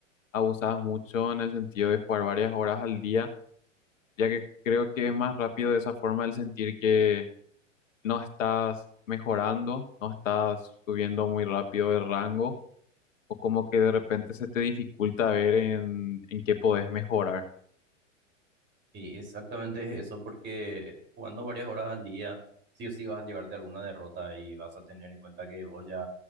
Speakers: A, on the left; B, on the right.
A: abusabas mucho en el sentido de jugar varias horas al día, ya que creo que es más rápido de esa forma el sentir que no estás mejorando, no estás subiendo muy rápido de rango, o como que de repente se te dificulta ver en, en qué podés mejorar.
B: Y exactamente es eso, porque jugando varias horas al día, sí o sí vas a llevarte alguna derrota y vas a tener en cuenta que vos ya